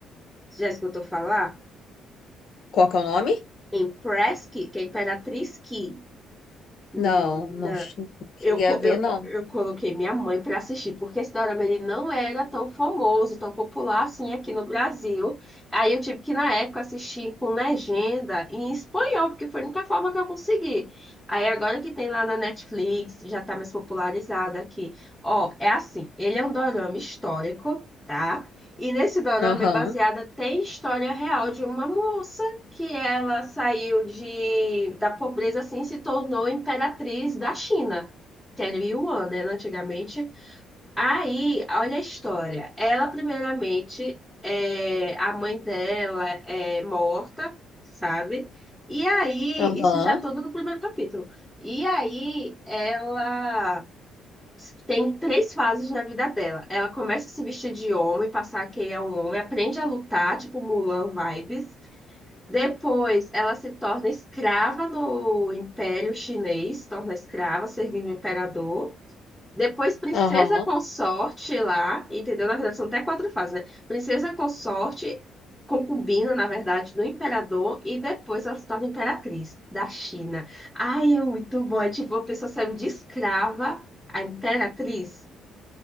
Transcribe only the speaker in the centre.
Já escutou falar?
Empress Ki, que é Imperatriz Ki. Menina.
Eu, co-
eu,
eu coloquei minha mãe para assistir, porque esse dorama ele não era tão famoso, tão popular assim aqui no Brasil. Aí eu tive que, na época, assistir com legenda em espanhol, porque foi a única forma que eu consegui. Aí agora que tem lá na Netflix, já tá mais popularizado aqui. Ó, é assim, ele é um dorama histórico, tá? E nesse dorama
é baseada, tem história real de uma moça que ela saiu de, da pobreza assim e se tornou imperatriz da China que era Yuan, né, antigamente. Aí, olha a história. Ela, primeiramente, é, a mãe dela é morta, sabe? E aí,
isso já todo no primeiro capítulo. E aí, ela tem três fases na vida dela. Ela começa a se vestir de homem, passar que é um homem, aprende a lutar, tipo Mulan vibes. Depois, ela se torna escrava no Império Chinês, torna escrava, servindo o imperador. Depois Princesa
Consorte lá, entendeu? Na verdade, são até quatro fases, né? Princesa Consorte, concubina, na verdade, do imperador, e depois ela se torna imperatriz da China. Ai, é muito bom. É tipo, a pessoa serve de escrava a imperatriz